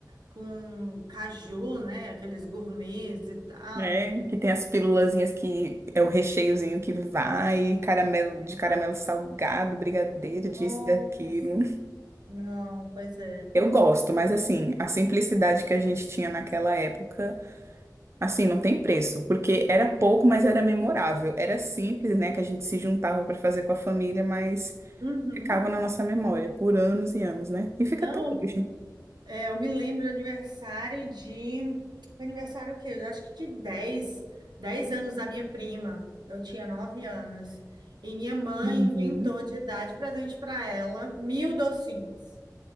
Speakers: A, on the right; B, on the right.
A: com caju, né? Aqueles gourmets e tal.
B: É, que tem as pílulazinhas que é o recheiozinho que vai, caramelo de caramelo salgado, brigadeiro, disso,
A: Nossa.
B: daquilo.
A: Não, pois é.
B: Eu gosto, mas assim, a simplicidade que a gente tinha naquela época, assim, não tem preço, porque era pouco, mas era memorável. Era simples, né, que a gente se juntava para fazer com a família, mas
A: Uhum.
B: ficava na nossa memória por anos e anos, né? E fica
A: Não,
B: até hoje.
A: é, eu me lembro do aniversário de. Foi aniversário o quê? Eu acho que de dez, dez anos da minha prima. Eu tinha 9 anos. E minha mãe
B: Uhum.
A: inventou de dar de presente para ela mil docinhos.